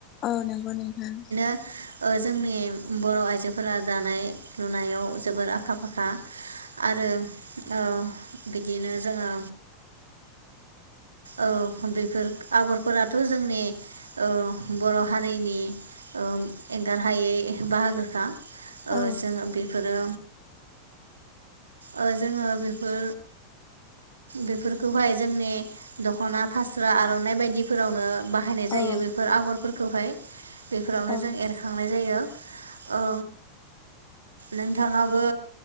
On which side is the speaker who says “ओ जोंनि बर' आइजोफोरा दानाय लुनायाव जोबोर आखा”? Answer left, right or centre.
Right